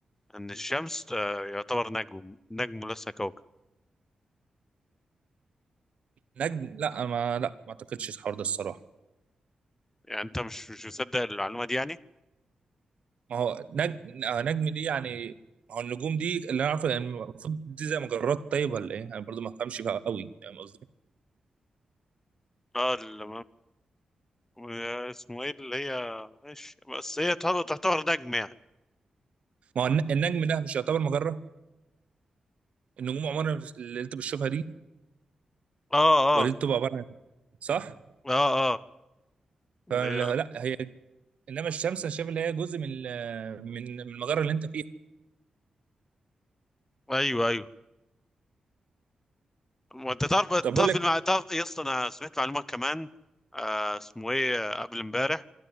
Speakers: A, on the left; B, on the right.
A: ان الشمس آه، يعتبر نجم نجم ليس كوكب
B: نجم لا ما لا ما اعتقدش الحوار ده الصراحه
A: يعني انت مش مش مصدق المعلومه دي يعني
B: ما هو نجم آه، نجم دي يعني هو النجوم دي اللي انا عارفه يعني المفروض دي زي مجرات طيب ولا ايه؟ انا برضو ما بفهمش فيها قوي فاهم قصدي؟
A: اه ال- آه، اسمه ايه اللي هي ماشي بس هي تعتبر تعتبر نجم يعني
B: ما هو الن- النجم ده مش يعتبر مجره؟ النجوم عمرها اللي انت بتشوفها دي
A: اه
B: ولا
A: اه
B: دي بتبقى عباره عن صح؟
A: اه اه اللي
B: فلا
A: هي
B: لا، هي انما الشمس انا شايف اللي هي جزء من ال- من من المجره اللي انت فيها
A: ايوه ايوه وانت تعرف تعرف
B: طب اقول لك
A: المع... تعرف إيه يا اسطى انا سمعت معلومه كمان آه اسمه ايه آه، قبل امبارح